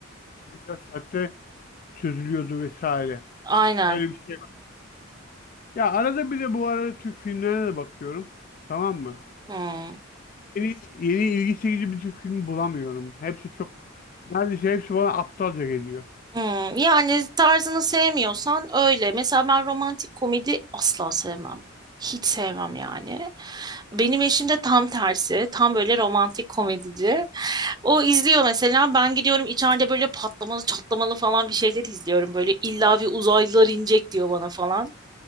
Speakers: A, on the left (about 40°); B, on the right (about 20°).
A: 24 saatte çözülüyordu vesaire.
B: Aynen.
A: Öyle bir şey var. Ya arada bir de bu arada Türk filmlerine de bakıyorum. Tamam mı?
B: Hmm.
A: Yeni, yeni ilgi çekici bir Türk filmi bulamıyorum. Hepsi çok, neredeyse hepsi bana aptalca geliyor.
B: Hmm, yani tarzını sevmiyorsan öyle. Mesela ben romantik komedi asla sevmem. Hiç sevmem yani. Benim eşim de tam tersi. Tam böyle romantik komedici. O izliyor mesela. Ben gidiyorum içeride böyle patlamalı çatlamalı falan bir şeyler izliyorum. Böyle illa bir uzaylılar inecek diyor bana falan.